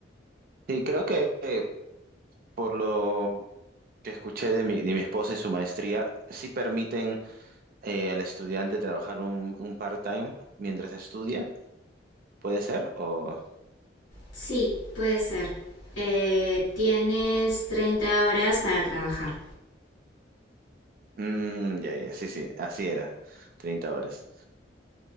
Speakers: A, on the right (about 50°); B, on the left (about 85°).
A: Sí, creo que eh, por lo que escuché de mi, de mi esposa y su maestría, sí permiten eh, al estudiante trabajar un, un part-time mientras estudia, ¿puede ser? O...
B: Sí, puede ser. Eh, tienes 30 horas para trabajar.
A: Mm, ya, ya, sí, sí, así era, 30 horas.